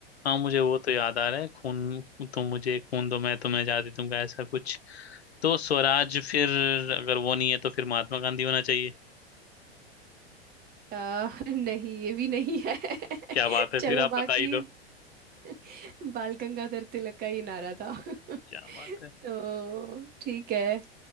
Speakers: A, on the left; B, on the right.
A: हाँ मुझे वो तो याद आ रहा है खून तुम मुझे खून दो मैं तुम्हें आज़ादी दूंगा ऐसा कुछ तो स्वराज फिर अगर वो नहीं है तो फिर महात्मा गांधी होना चाहिए
B: अ, <laughs> नहीं ये भी नहीं है <laughs>
A: क्या बात है
B: चलो
A: फिर आप
B: बाकी
A: बता ही दो
B: <laughs> बाल गंगाधर तिलक का ही नारा था <laughs> तो
A: क्या बात है
B: ठीक है